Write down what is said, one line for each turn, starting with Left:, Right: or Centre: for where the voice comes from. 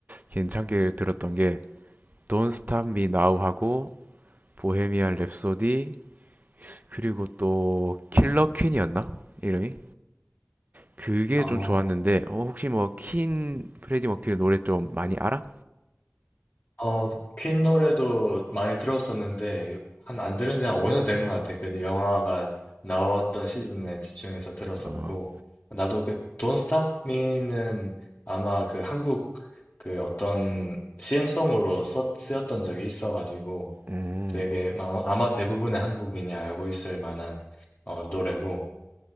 Right: 괜찮게 들었던 게 Don't Stop Me Now 하고 보헤미안 랩소디 그리고 또 킬러 퀸이었나? 이름이? 그게
Left: 아.
Right: 좀 좋았는데 어, 혹시 뭐 퀸 프레디 머큐리 노래 좀 많이 알아?
Left: 어 퀸 노래도 많이 들었었는데 한 안 들은 지 한 5년 된 것 같아. 그 영화가 나왔던 시즌에 집중해서 들었었고
Right: 어,
Left: 나도 그 Don't Stop Me는 아마 그 한국 그 어떤 CM송으로 썼, 쓰였던 적이 있어가지고
Right: 음,
Left: 되게 아마 아마 대부분의 한국인이 알고 있을 만한 어, 노래고